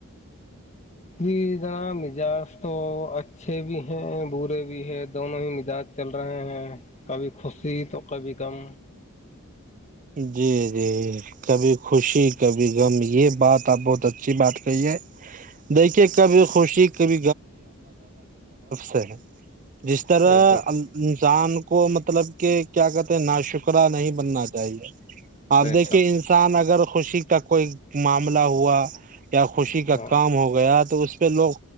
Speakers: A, on the left (about 30°); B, on the right (about 35°).
A: ج <inaudible> ناا مزاج تو اچھے بھی ہیں برے بھی ہیں دونوں ہی مزاج چل رہے ہیں کبھی خوشی تو کبھی م
B: جی جی کبھی خوشی کبھی غم یہ بات آپ بہت اچھی بات کہیے دیکھیے کبھی خوشی کبھ سے جس طرح
A: بے شک
B: انسان کو مطلب کہ کیا کہتے ہیں ناشکرہ نہیں بننا صحیح ہے آپ
A: بے
B: دیکھیے
A: شک
B: انسان اگر خوشی کا کوئی معاملہ ہوا کیا خوشی کا
A: ہاں
B: کام ہو گیا تو اس پہ لوگ